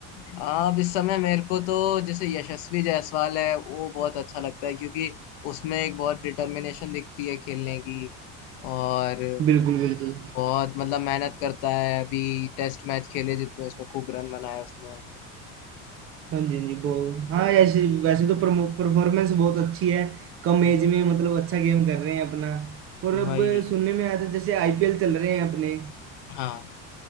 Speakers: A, on the left; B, on the right.
A: आ, अब इस समय मेरे को तो जैसे यशस्वी जायसवाल है वो बहुत अच्छा लगता है क्योंकि उसमें एक बहुत डिटर्मिनेशन दिखती है खेलने की और
B: बिल्कुल बिल्कुल
A: बहुत मतलब मेहनत करता है अभी टेस्ट मैच खेले जितने उसमें खूब रन बनाए उसने
B: हाँ जी हाँ जी बहुत हाँ ऐसे वैसे तो परफॉर्मेंस बहुत अच्छी है कम
A: वही
B: एज में मतलब अच्छा गेम कर रहे हैं अपना और अब
A: वही,
B: सुनने में आया था जैसे आईपीएल चल रहे हैं अपने
A: हाँ